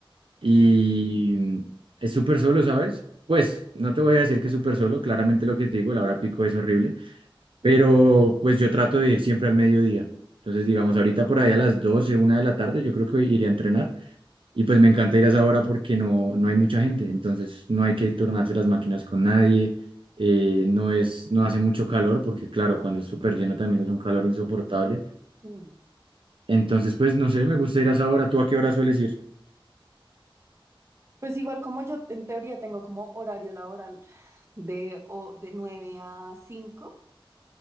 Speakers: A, on the right; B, on the right.
A: Y
B: sí.
A: mm, es súper solo, ¿sabes? Pues no te voy a decir que es súper solo, claramente lo que te digo, la hora pico es horrible, pero
B: sí.
A: pues yo trato de ir siempre al mediodía. Entonces, digamos, ahorita por ahí a las doce una de la tarde, yo creo que iré a entrenar y pues me encanta ir a esa hora porque no, no hay mucha gente, entonces no hay que tornarse las máquinas con nadie, eh, no es, no hace mucho calor porque claro, cuando es súper lleno también es un calor insoportable.
B: Mm.
A: Entonces, pues no sé, me gusta ir a esa hora. ¿Tú a qué hora sueles ir?
B: Pues igual como yo en teoría tengo como horario laboral de, o, de 9 a 5.